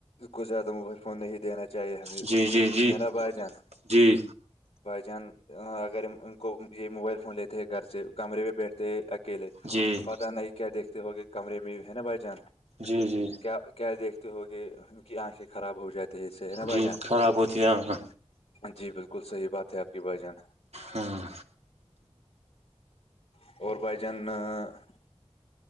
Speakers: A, on the left; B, on the right.
A: کوو زیاد موبائل فون ہی دینا چاہیے ہمیں
B: جی جی جی
A: حیرا بھائی جان
B: جی
A: بائی چان اگر ان کو یہ موبائل فون لیتے ہیں گھر سے کمرے پہ بیٹھتے ہیں اکیلے
B: جی
A: پتا نہیں کیا دیکھتے ہو گئے کمرے میں ہے نا بھائی جان
B: جی جی
A: کیا کیا دیکھتے ہو گے ان کی آنکھیں خراب ہو جاتی ہے اس سے ہے نا
B: جی
A: بھائی جان
B: خراب ہوتی ہے نا
A: جی بالکل صحیح بات ہے آپ کی بھائی جان
B: ہوں
A: <inaudible>